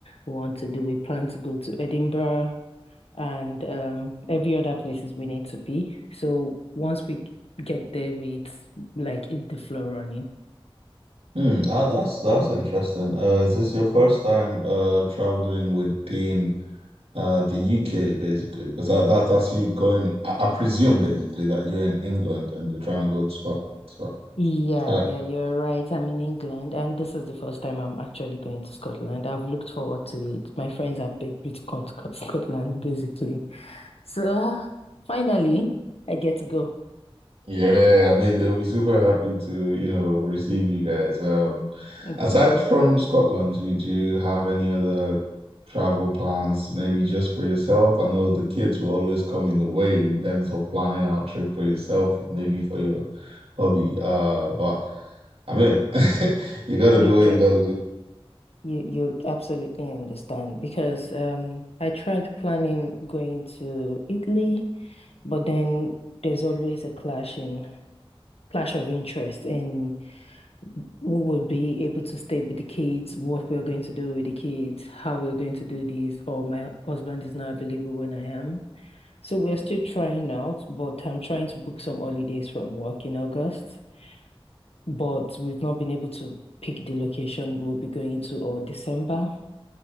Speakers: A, on the left (about 85°); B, on the right (about 85°).
A: we want to do. We plan to go to Edinburgh and um, every other places we need to be. So once we get there, we it's like it's the floor running.
B: Hmm, ah, that's that's interesting. Uh, is this your first time uh traveling within Uh, the UK basically, because that, that that's you going. I, I presume basically that you're in England and you're trying to go to Scotland. So,
A: Yeah,
B: uh,
A: yeah, you're right. I'm in England, and this is the first time I'm actually going to Scotland. I've looked forward to it. My friends have begged me to come to Scot- Scotland, basically. So finally, I get to go.
B: yeah, I mean they'll be super happy to, you know, receive you guys. Um,
A: Mm,
B: aside from Scotland, do you, do you have any other travel plans? Maybe just for yourself? I know the kids will always come in the way in terms of planning our trip for yourself, maybe for your hobby. Uh, but I mean, <laughs> you got
A: You
B: to do
A: get
B: what you got to do.
A: you you absolutely understand because um I tried planning going to Italy But then there's always a clash in clash of interest in who would be able to stay with the kids, what we're going to do with the kids, how we're going to do this, or my husband is not available when I am. So we're still trying out, but I'm trying to book some holidays from work in August, but we've not been able to pick the location we'll be going to or December.